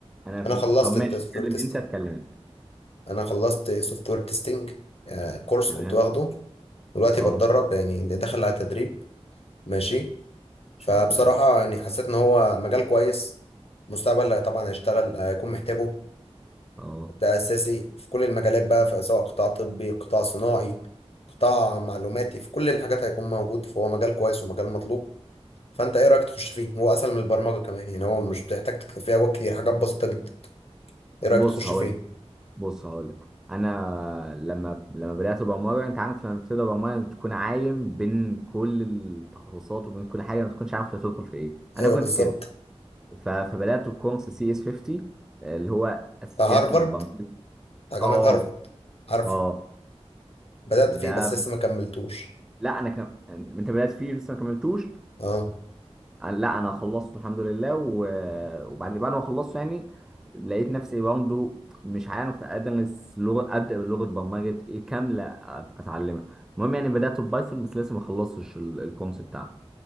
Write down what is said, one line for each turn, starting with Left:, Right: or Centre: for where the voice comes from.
Centre: انا في
Left: انا خلصت
Centre: ال- طب ماشي
Left: السوفت
Centre: اتكلم
Left: وير تيستنج
Centre: انت اتكلم انت
Left: انا خلصت سوفت وير تيستنج كورس
Centre: تمام
Left: كنت واخده دلوقتي
Centre: اه
Left: بتدرب
Centre: ان
Left: يعني داخل على تدريب ماشي
Centre: شاء
Left: فبصراحة
Centre: الله
Left: يعني حسيت ان هو مجال كويس مستقبل طبعا هيشتغل هيكون محتاجه
Centre: اه
Left: ده اساسي في كل المجالات بقى في سواء قطاع طبي قطاع صناعي قطاع معلوماتي في كل الحاجات هيكون موجود فهو مجال كويس ومجال مطلوب فانت ايه رايك تخش فيه هو اسهل من البرمجه كمان يعني هو مش بتحتاج تكتب فيه حاجات كتير حاجات بسيطه جدا ايه رايك
Centre: بص
Left: تخش
Centre: هقول
Left: فيه
Centre: لك بص هقول لك انا لما لما بدات البرمجه انت عارف لما بتبدا برمجه بتكون عايم بين كل التخصصات وبين كل حاجه ما تكونش عارف انت هتدخل في ايه انا
Left: ايوه
Centre: كنت
Left: بالظبط
Centre: كده ف- فبدات بكورس سي اس 50 اللي هو اساسيات
Left: بتاع هارفارد
Centre: البرمجه
Left: بتاع جامعه
Centre: اه
Left: هارفارد عارفه
Centre: اه
Left: بدات فيه
Centre: ده
Left: بس لسه ما كملتوش
Centre: لا انا كم... انت بدات فيه لسه ما كملتوش
Left: اه
Centre: أنا- لا انا خلصت الحمد لله و- وبعد بعد ما خلصت يعني لقيت نفسي برضه مش عارف ادرس لغه ابدا بلغه برمجه ايه كامله أت- اتعلمها المهم يعني بدات ببايثون بس لسه ما خلصتش ال- الكورس بتاعها